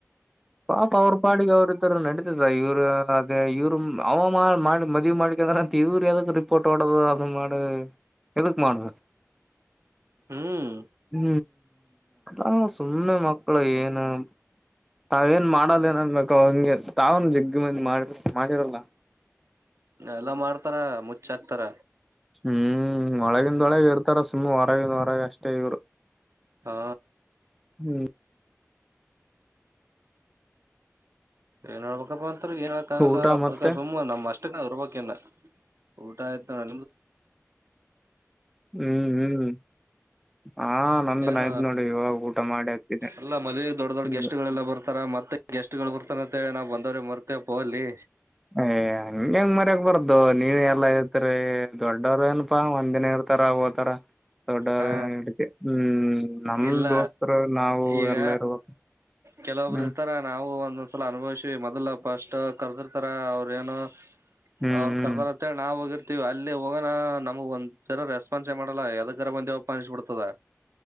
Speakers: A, in the centre; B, on the right.
A: ಪಾಪ ಅವರಪಾಡಿ ಕ ಅವರುತರ ನಡಿ. ಇವ್ ಅದ ಇವ್ ಅವ ಮಾಡ ಮದುವವಿ ಮಾಡ್ಲಿಂದ್ರ ಅಂತ ಇವ್ರು ಯಾವ್ದ ರಿಪೋರ್ಟ್ ಡೋ ಅ. ಮಾಡ ಎಕ್ ಮಾಡುವ
B: ಹ್ಮ್
A: ಹ್ಮ. ಹ್ಮ್ ಸುಮ್ಮನೆ ಮಕ್ಕಳು ಏನು. ತಾವೇನ್ ಮಾಡಲ್ಲೇನನ್ಬೇಕ ಹಂಗೆ ತಾವನ್ ಜಿಗ್ಗಿ ಮಂದಿ ಮಾಡಿ ಮಾಡಿರಲ್ಲ.
B: ಎಲ್ಲಾ ಮಾಡ್ತಾರ ಮುಚ್ಚಾಕ್ತಾರ.
A: ಹ್ಮ್ ಒಳಗಿಂದೊಳಗ ಇರ್ತಾರ ಸುಮ್ಮ್ನೆ ಹೊರಗಿಂದ ಹೊರಗೆ ಅಷ್ಟೇ ಇವ್ರು.
B: ಹಾ.
A: ಹ್ಮ್.
B: ಏನ್ ಹೇಳ್ಬೇಕಪ್ಪಾ ಅಂತ ಏನ್ ಹೇಳಕ್ ಆಗಲ್ಲ
A: ಊಟ ಮತ್ತೆ
B: ಅದ ಸುಮ್ಮ್ ನಮ್ಮ್ ಅಷ್ಟೇ ಅರ್ಬಕನ್ನ. ಊಟಾಯತನ
A: ಹ್ಮ್ ಹ್ಮ್. ಹಾ ನಂದನ್
B: ಏನ
A: ಆಯ್ತ್ ನೋಡಿ ಇವಾಗ ಊಟ ಮಾಡಿ ಹಾಕಿದ್ದೆ
B: ಎಲ್ಲ ಮದುವೆಗೆ ದೊಡ್ಡ ದೊಡ್ಡ
A: ಹ್ಮ್
B: ಗೆಸ್ಟ್ಗಳೆಲ್ಲ ಬರ್ತಾರ ಮತ್ತೆ. ಗೆಸ್ಟ್ಗಳು ಬರ್ತಾನ ಅಂತ ಹೇಳಿ ನಾವು ಬಂದವ್ರೆ ಮರ್ತೇಪ ಅಲ್ಲಿ.
A: ಏ ಹಂಗೆಂಗ ಮರ್ಯಾಗ ಬಾರದುು ನೀವ ಎಲ್ಲ. ಅತ್ ದೊಡ್ಡವ್ರ ಏನಪಾ ಒಂದಿನ ಇರ್ತಾರ ಹೋತಾರ. ದೊಡ್ಡವ್ರಕ್ಕೆ
B: ಹಾ
A: ಹ್ಮ್ ನಮ
B: ಇಲ್ಲ
A: ದೋಸ್ತರು ನಾವು
B: ಈಗ
A: ಎಲ್ಲಾ ಇರ್ಬೇಕು.
B: ಕೆಲವೊಬ್ರು
A: ಹ್ಮ್
B: ಇರ್ತಾರ ನಾವು ಒಂದೊಂದ್ಸಲ ಅನುಭವಿಸಿೀ ಮೊದ್ ಫಸ್ಟ್ ಕರ್ದಿರ್ತಾರ ಅವ್ರ ಏನು
A: ಹ್ಮ್
B: ಅವ್ರು
A: ಹ್ಮ್
B: ಕರ್ದಾರಂತೇಳಿ ನಾವವು ಹೋಗಿರ್ತಿ ಅಲ್ಲಿ ಹೋಗೋಣ ನಮಗ ಒಂದ್ರ ರೆಸ್ಪಾನ್ಸ್ ಏ ಮಾಡೋಲ್ಲ ಯದ ಇರ ಮಂದಿ ಒಪ್ಪ ಅನಿಸಿು ಕೊಡ್ತದಾ